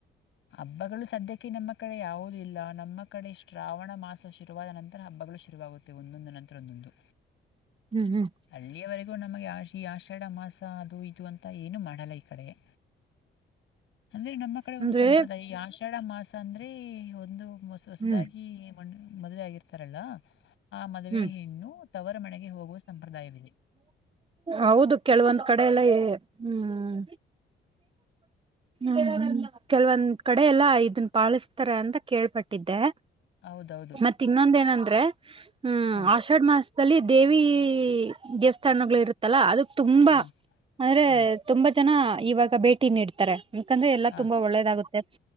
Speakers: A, on the left; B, on the right.
A: ಹಬ್ಬಗಳು ಸದ್ಯಕ್ಕೆ ನಮ್ಮ ಕಡೆ ಯಾವುದೂ ಇಲ್ಲ ನಮ್ಮ ಕಡೆ ಶ್ರಾವಣ ಮಾಸ್ ಸ ಶುರುವಾದ ನಂತರ ಹಬ್ಬಗಳು ಶುರುವಾಗುತ್ತೆ ಒಂದೊಂದು ನಂತರ ಒಂದೊಂದು.
B: ಹ್ಮ್ ಹ್ಮ್
A: ಅಲ್ಲಿಯವರೆಗೂ ನಮಗೆ ಆ ಈ ಆಷಾಢ ಮಾಸ ಅದು ಇದು ಅಂತ ಏನು ಮಾಡಲ್ಲ ಈ ಕಡೆಗೆ. ಅಂದ್ರೆ ನಮ್ಮ ಕಡೆ ಒಂದು
B: ಅಂದ್ರೆ
A: ಸಂಪ್ರದಾಯ ಆಷಾಢ ಮಾಸ ಅಂದ್ರೆ ಒಂದು ಹೊಸದಾಗಿ
B: ಹ್ಮ್
A: ಮದುವೆ ಆಗಿರ್ತಾರಲ್ಲ ಆ ಮದುವೆ
B: ಹ್ಮ್
A: ಹೆಣ್ಣು ತವರು ಮನೆಗೆ ಹೋಗುವ ಸಂಪ್ರದಾಯವಿದೆ.
B: ಹೌದು ಕೆಲವೊಂದ್ ಕಡೆ ಎಲ್ಲಾ ಹ್ಮ್ ಹ್ಮ್ ಕೆಲವೊಂದ್ ಕಡೆ ಎಲ್ಲಾ ಇದನ್ನ ಪಾಳಿಸ್ತಾರೆ ಅಂತ ಕೇಳ್ಪಟ್ಟ್ ಟ್ಟಿದ್ದೆ
A: ಹೌದೌದು
B: ಮತ್ತ್ ಇನ್ನೊಂದು ಏನಂದ್ರೆ. ಹ್ಮ್
A: ಹ್ಞೂ
B: ಆಷಾಢ ಮಾಸದಲ್ಲಿ ದೇವಿ ದೇವಸ್ಥಾನಗಳು ಇರುತ್ತಲ್ಲ ಅದಕ್ ತುಂಬಾ
A: ಹಾಂ
B: ಅದ್ರೆ
A: ಹಾಂ
B: ತುಂಬಾ ಜನ ಇವಾಗ ಭೇಟಿ ನೀಡ್ತಾರೆ. ಯಾಕಂದ್ರೆ ಎಲ್ಲಾ
A: ಹಾಂ
B: ತುಂಬಾ ಒಳ್ಳೇದಾಗುತ್ತೆ